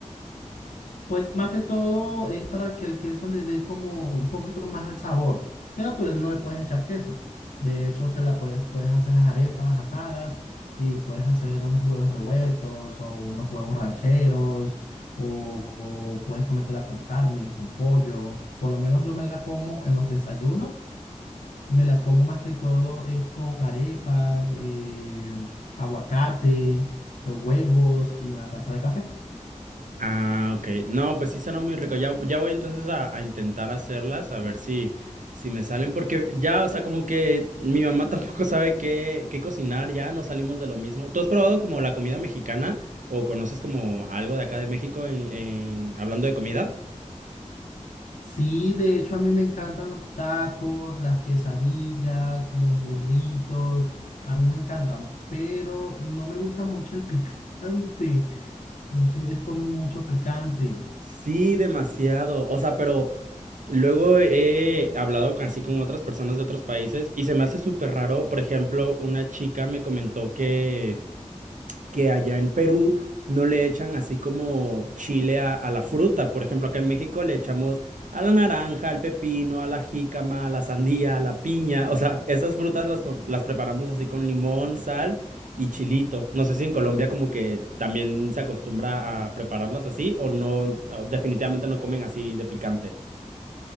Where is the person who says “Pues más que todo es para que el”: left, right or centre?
Left